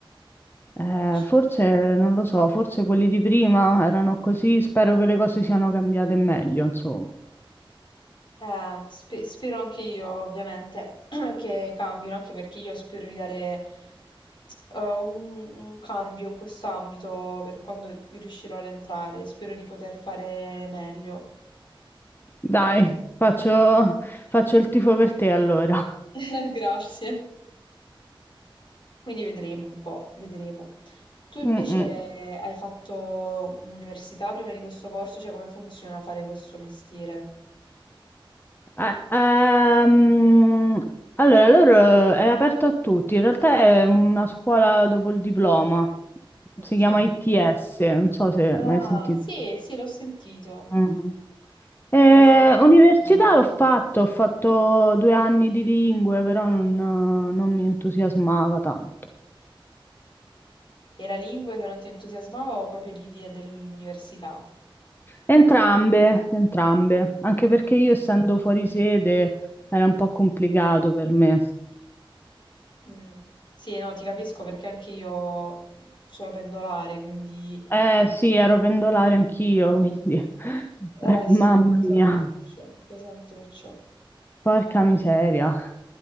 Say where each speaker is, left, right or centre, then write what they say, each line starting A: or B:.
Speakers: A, on the left; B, on the left.
A: Eh,
B: Ci-
A: forse non lo so, forse quelli di prima erano così, spero che le cose siano cambiate in meglio, insomma.
B: Eh, spe- spero anche io, ovviamente, <clears throat> che cambino, anche perché io spero di dare eh, un, un cambio in quest'ambito per quando riuscirò ad entrare. Spero di poter fare meglio.
A: Dai, faccio, faccio il tifo per te allora.
B: <laughs> Grazie. Quindi vedremo un po', vedremo. Tu invece
A: Mm, mm.
B: hai fatto un'università prima di questo corso, cioè come funziona fare questo mestiere?
A: Eh, ehm, allora, loro è aperto a tutti, in realtà è una scuola dopo il diploma,
B: Ok.
A: si chiama ITS, non so se
B: Ah,
A: mai sentito.
B: sì, sì, l'ho sentito.
A: Mhm. Eh,
B: Non sono molto
A: università
B: informato.
A: l'ho fatto, ho fatto due anni di lingue, però non, non mi entusiasmava tanto.
B: Era lingue che non ti entusiasmava o proprio l'idea dell'università?
A: Entrambe, entrambe, anche
B: Mm.
A: perché io essendo fuori sede era un po' complicato per me.
B: Mm. Sì, no, ti capisco perché anche io sono pendolare, quindi...
A: Eh sì, ero pendolare anch'io, quindi <laughs>
B: Eh
A: eh,
B: sì,
A: mamma
B: è pesantuccio,
A: mia,
B: pesantuccio.
A: porca miseria.